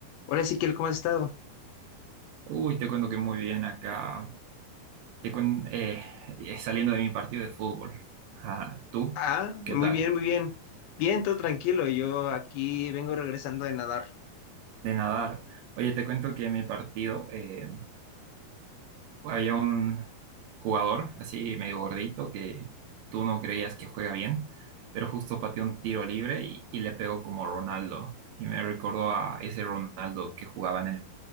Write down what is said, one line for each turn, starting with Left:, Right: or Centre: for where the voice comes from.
Left: Hola Ezequiel, ¿cómo has estado?
Right: Uy, te cuento que muy bien acá. Te cuen- eh, eh, saliendo de mi partido de fútbol. Ah, ¿tú?
Left: Ah, muy
Right: ¿Qué tal?
Left: bien, muy bien. Bien, todo tranquilo. Yo aquí vengo regresando de nadar.
Right: De nadar. Oye, te cuento que en mi partido eh, había un jugador así medio gordito que tú no creías que juega bien, pero justo pateó un tiro libre y, y le pegó como Ronaldo. Y me recordó a ese Ronaldo que jugaba en el,